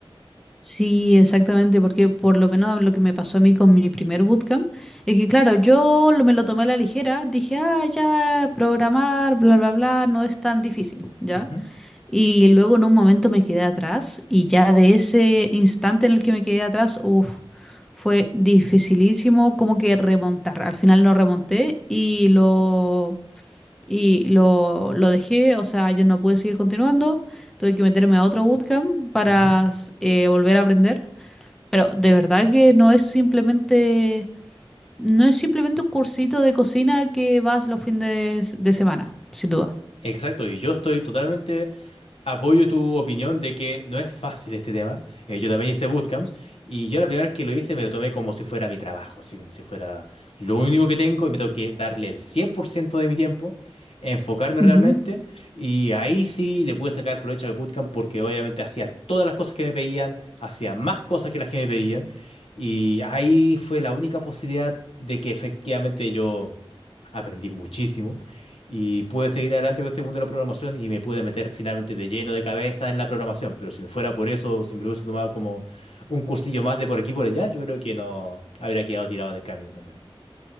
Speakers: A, in the centre; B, on the left (about 85°).
A: Sí, exactamente, porque por lo menos lo que me pasó a mí con mi primer bootcamp es que, claro, yo lo- me lo tomé a la ligera, dije, ah, ya, programar, bla, bla, bla, no es tan difícil, ¿ya?
B: Ujú,
A: Y luego en un momento me quedé atrás y ya de ese instante en el que me quedé atrás, uff, fue dificilísimo como que remontar. Al final no remonté y lo... Y lo, lo dejé, o sea, yo no pude seguir continuando, tuve que meterme a otro bootcamp para
B: ujú.
A: s- eh, volver a aprender. Pero de verdad que no es simplemente, no es simplemente un cursito de cocina que vas los fines de semana, sin duda.
B: Exacto, y yo estoy totalmente Apoyo tu opinión de que no es fácil este tema. Eh, yo también hice bootcamps y yo la primera vez que lo hice me lo tomé como si fuera mi trabajo, así como si fuera lo único que tengo y me tengo que darle el 100% de mi tiempo, enfocarme
A: Ujú.
B: realmente y ahí sí le pude sacar provecho al bootcamp porque obviamente hacía todas las cosas que me pedían, hacía más cosas que las que me pedían y ahí fue la única posibilidad de que efectivamente yo aprendí muchísimo y pude seguir adelante con este mundo de la programación y me pude meter finalmente de lleno de cabeza en la programación. Pero si no fuera por eso, si me lo hubiese tomado como un cursillo más de por aquí y por allá, yo creo que no habría quedado tirado del camino también.